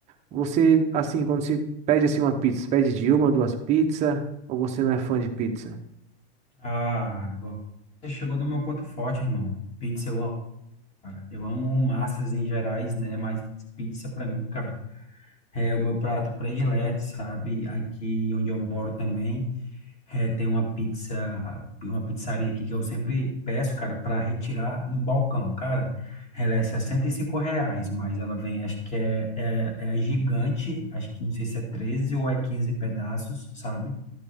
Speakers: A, on the right; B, on the left.
A: Você, assim, quando você pede assim uma pizza, você pede de uma, duas pizzas, ou você não é fã de pizza?
B: Ah, agora você chegou no meu ponto forte, irmão. Pizza eu amo, cara. Eu amo massas em gerais, né? Mas pizza pra mim, cara, é o meu prato predileto, sabe? Aqui onde eu moro também, é, tem uma pizza, uma pizzaria aqui que eu sempre peço, cara, pra retirar no balcão. Cara, ela é 65 reais, mas ela vem, acho que é, é, é a gigante, acho que não sei se é 13 ou é 15 pedaços, sabe?